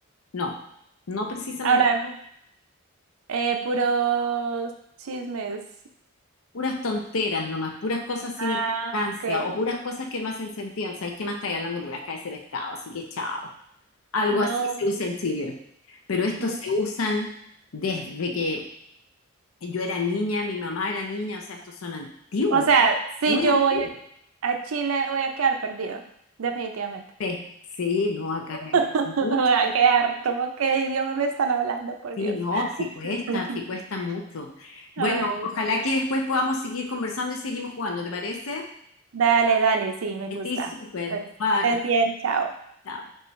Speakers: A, on the left; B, on the right.
A: No, no precisamente
B: A hablar eh, puros chismes.
A: puras tonteras nomás, puras cosas sin
B: Ah,
A: importancia
B: ok.
A: o puras cosas que no hacen sentido. ¿Sabéis qué más estáis hablando? Puras cabezas de pescado, así que chao. Algo
B: No.
A: así se usa en Chile. Pero estos
B: Mm.
A: se usan desde que yo era niña, mi mamá era niña, o sea, estos son antiguos,
B: O sea, si
A: muy
B: yo
A: antiguos.
B: voy a, a Chile, voy a quedar perdido. Definitivamente.
A: Sí, sí, no, acá hay
B: <laughs> Voy
A: mucho.
B: a quedar como qué idioma me están hablando, por
A: Sí,
B: Dios.
A: no, sí cuesta,
B: <laughs>
A: sí cuesta mucho. Bueno,
B: Ay,
A: ojalá
B: no.
A: que después podamos seguir conversando y seguimos jugando, ¿te parece?
B: Dale, dale, sí, me
A: Estoy
B: gusta.
A: súper.
B: Pues,
A: Bye.
B: estés bien, chao.
A: Chao.